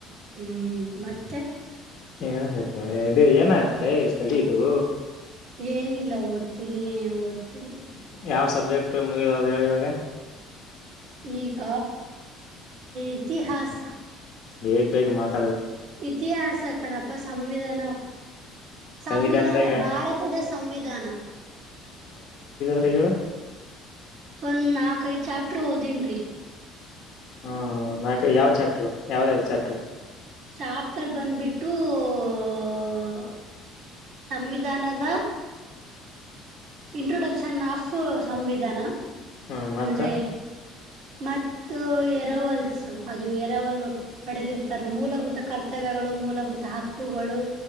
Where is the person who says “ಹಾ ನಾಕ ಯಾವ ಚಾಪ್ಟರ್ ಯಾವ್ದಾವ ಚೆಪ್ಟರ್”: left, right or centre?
Left